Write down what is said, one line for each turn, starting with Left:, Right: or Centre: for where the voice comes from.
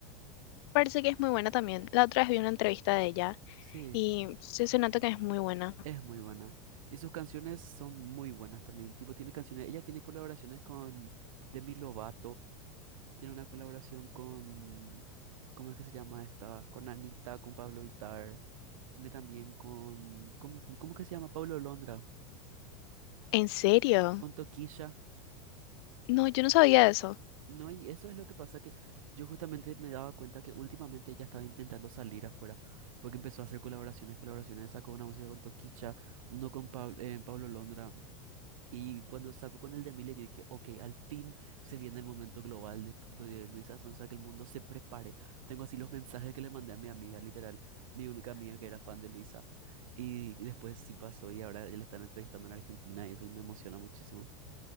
Left: Parece que es muy buena también. La otra vez vi una entrevista de ella
Right: Sí,
Left: y se, se nota que es muy buena.
Right: es muy buena. Y sus canciones son muy buenas también. Tipo, tiene canciones, ella tiene colaboraciones con Demi Lovato, tiene una colaboración con, ¿cómo es que se llama esta? Con Anita, con Pablo Vittar, tiene también con, con ¿cómo que se llama? Pablo Londra,
Left: ¿En serio?
Right: con Toquilla.
Left: No, yo no sabía eso.
Right: No, y eso es lo que pasa que yo justamente me daba cuenta que últimamente ella estaba intentando salir afuera, porque empezó a hacer colaboraciones, colaboraciones, sacó una música con Toquicha, uno con Pablo, Pablo Londra, y cuando sacó con el de Emilia yo dije, ok, al fin se viene el momento global de, de Luisa Sonza, que el mundo se prepare. Tengo así los mensajes que le mandé a mi amiga, literal, mi única amiga que era fan de Luisa, y después sí pasó y ahora ya la están entrevistando en Argentina y eso y me emociona muchísimo.